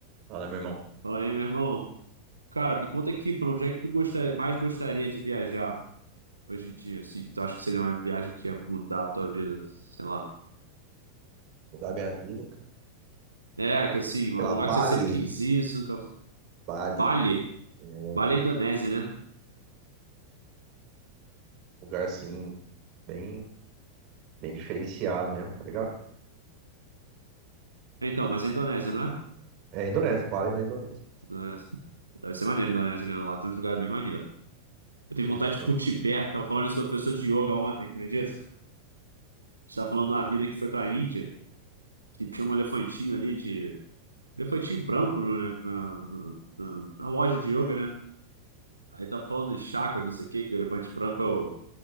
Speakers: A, on the right (about 40°); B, on the right (about 80°).
A: Fala, meu irmão.
B: Fala aí, meu irmão. Cara, me conta aqui, pra onde é que tu gostaria, mais gostaria de viajar hoje em dia, assim? que Tu acha que seria uma viagem que ia mudar a tua vida? Sei lá.
A: Mudar minha vida, cara.
B: É, que assim,
A: Pela
B: um lugar
A: Bali.
B: que você sempre quis ir, isso nunca...
A: Bali.
B: Bali?
A: É um
B: Bali é Indonésia, né?
A: lugar, assim, bem, bem diferenciado mesmo, tá ligado?
B: É, Então, mas é Indonésia, não é?
A: É Indonésia, Bali na Indonésia.
B: Indonésia. Deve ser maneiro a Indonésia, né? Lá tem uns lugares bem maneiros. Eu tenho
A: Então.
B: vontade de ir pro Tibete. Tava falando isso com o professor de yoga ontem, acredita? A gente tava falando de uma mina que foi pra Índia que tinha um elefantinho ali de... Elefantinho branco no- né, na, na na- na loja de yoga, né? Aí tá falando de chakra, não sei o quê, que o elefante branco é o,